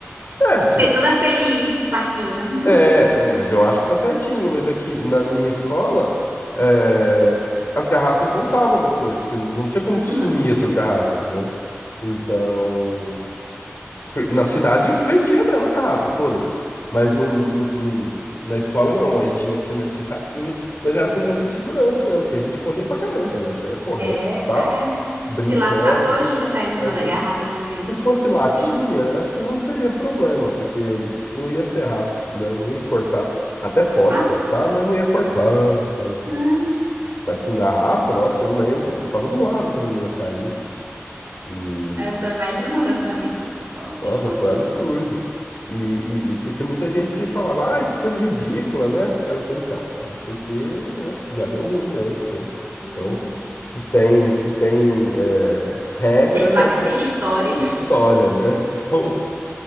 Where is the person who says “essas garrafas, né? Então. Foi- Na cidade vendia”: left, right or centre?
Left